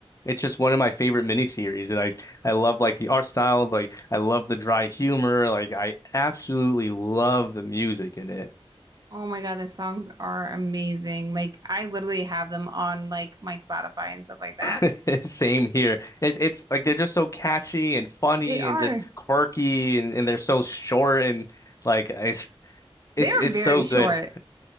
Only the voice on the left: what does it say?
It's just one of my favorite miniseries, and I I love like the art style, like I love the dry humor, like I absolutely love the music in it.
<laughs> Same here. It's it's like they're just so catchy and funny
and just quirky, and, and they're so short and like it's it's
it's
so
good.